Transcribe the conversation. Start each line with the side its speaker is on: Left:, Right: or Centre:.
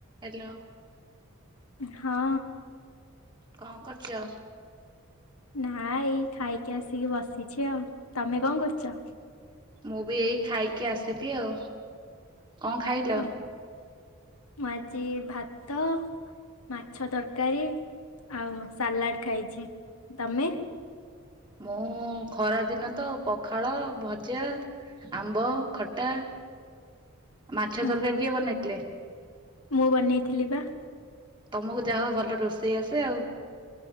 Right: Hello.
Left: ହଁ।
Right: କଣ କରୁଚ?
Left: ନା ଏଇ ଖାଇକି ଆସିକି ବସିଛି ଆଉ ତମେ କଣ କରୁଚ?
Right: ମୁଁ ବି ଏଇ ଖାଇକି ଆସିଲି ଆଉ। କଣ ଖାଇଲ?
Left: ଅ ମୁଁ ଆଜି ଭାତ ମାଛ ତରକାରୀ ଆଉ ସାଲାଡ୍ ଖାଇଛି ତମେ?
Right: ମୁଁ ଖରା ଦିନ ତ ପଖାଳ ଭଜା ଆମ୍ବ ଖଟା ମାଛ
Left: ଓହୋ।
Right: ତରକାରୀ କିଏ ବନେଇଥିଲେ?
Left: ମୁଁ ବନେଇଥିଲି ପା।
Right: ତମକୁ ଯାହା ହଉ ଭଲ ରୋଷେଇ ଆସେ ଆଉ।